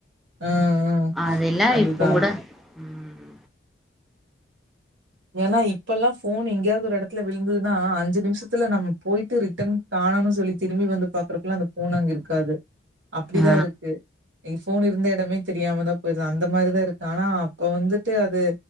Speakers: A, on the right; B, in the centre.
A: ஹ ஹ
B: அதெல்லாம்
A: அதுதான்
B: இப்போ கூட உம்,
A: ஏன்னா இப்ப எல்லாம் போன் எங்கேயாவது ஒரு இடத்துல விழுந்ததுன்னா அஞ்சு நிமிஷத்துல நம்ம போயிட்டு ரிட்டன் காணும்னு சொல்லி திரும்பி வந்து பாக்குறக்கு எல்லாம் அந்த போன் அங்க இருக்காது அப்படிதான்
B: ஆ
A: இருக்கு போன் இருந்த இடமே தெரியாம தான் போயிருது அந்த மாதிரிதான் இருக்கு ஆனா அப்ப வந்துட்டு அது